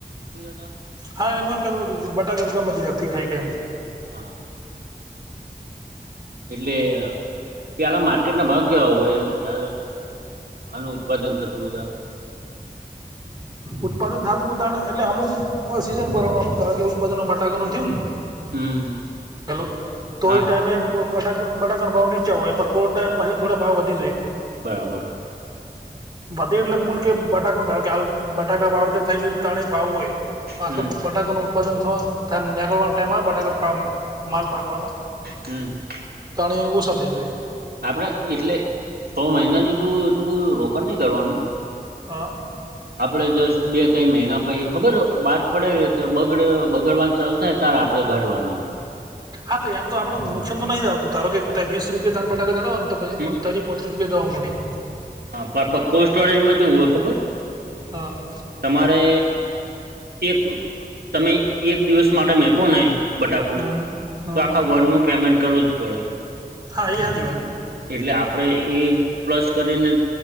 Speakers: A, on the right; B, on the right.
A: શું કહેતા
B: હા એમાં એમ કેતો હતો બટાકા ગમે તે વ્યક્તિ ખાઈ કે એમ
A: હા એટલે ત્યાંના માર્કેટ ના ભાવ કેવા હોય આનું ઉત્પાદન થતું બધા
B: ઉત્પાદન થતું હોય તાણે એટલે અમુક સીઝન પરનું અમુક કારણ કે ઉત્પાદનમાં બટાકાનું થયું ને
A: હમ્મ.
B: હેલો તોઈ
A: હા
B: ટાઈમે
A: હા
B: બટા બડાકા ના ભાવ નીચા હોય એ થોડા ટાઈમ પછી થોડા ભાવ વધી જ
A: બરાબર
B: વધી એટલે મૂલ કે બટાકો કે બટાકા વાવેતર થઈ ગયું તાણે ભાવ હોય પાસે
A: હમ્મ
B: બટાકાનું ઉત્પાદન ત નીકળવાનો ટાઈમ બટાકા માલ પાકવાનો
A: હમમ..
B: તણી ઓસા થઈ જોય
A: આપણે એટલે છ મહિના જેટલું એટલું બહુ રોકાણ નહી કરવાનું
B: હા
A: આપડે જસ્ટ બે ત્રણ મહિના પછી ખબર બાદ પડે તો બગડ બગડવાન ચાલ થાય તાર આપણે કાઢવાના
B: હા તો એમ તો આપડું નુકસાન તો નહી જ આવતું ધારોકે કે વીસ રૂપિયા ત બટાકા જતા હોને તો પછી
A: હમ્મ.
B: ત પતરૂપિયા દવા મળડી
A: હા પણ કોલ્ડ સ્ટોરેજમાં ચેવુ હોય ખબર
B: હા
A: તમારે એક તમે એક દિવસ માટે મેકોને બટાકું
B: હા હા
A: તો આખા વર્ષનું પેમેન્ટ કરવું જ પડે
B: હા એ હાચી વાત
A: એટલે આપણેે એ પ્લસ કરીને